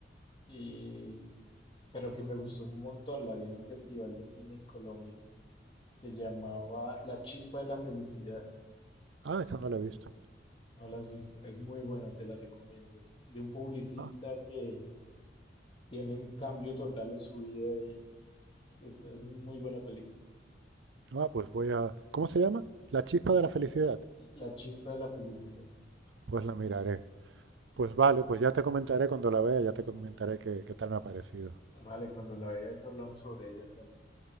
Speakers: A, on the left; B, on the right.
A: y pero que me gustó un montón. La vi en un festival de cine en Colombia. Se llamaba La Chispa de la Felicidad.
B: Ah, esa no la he visto.
A: No la has visto, es muy buena, te la recomiendo. Es de un publicista
B: Ah,
A: que tiene un cambio total en su vida y es, es- es muy buena película.
B: ah, pues voy a... ¿Cómo se llama? La chispa de la
A: L-
B: felicidad.
A: La chispa de la felicidad.
B: Pues la miraré. Pues vale, pues ya te comentaré cuando la vea, ya te comentaré qué, qué tal me ha parecido.
A: Vale, cuando la veas hablamos sobre ella entonces.